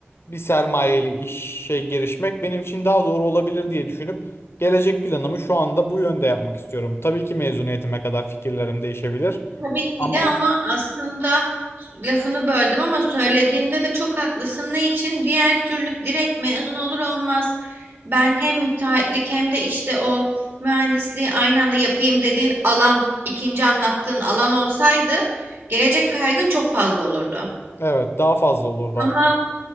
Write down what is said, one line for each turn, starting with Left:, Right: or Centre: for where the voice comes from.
Left: bir sermayeli işe girişmek benim için daha doğru olabilir diye düşünüp gelecek planımı şu anda bu yönde yapmak istiyorum. Tabii ki mezuniyetime kadar fikirlerim değişebilir
Right: Tabii ki
Left: ama
Right: de ama aslında lafını böldüm ama söylediğinde de çok haklısın. Ne için? Diğer türlü direkt mezun olur olmaz. Ben hem müteahhitlik hem de işte o mühendisliği aynı anda yapayım dediğin alan, ikinci anlattığın alan olsaydı gelecek kaygın çok fazla olurdu.
Left: evet daha fazla olurdu
Right: Ama
Left: hatta.